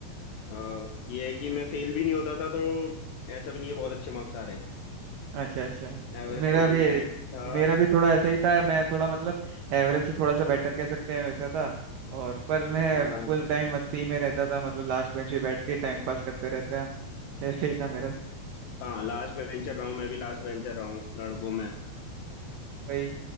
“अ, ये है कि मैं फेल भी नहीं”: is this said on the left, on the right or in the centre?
Left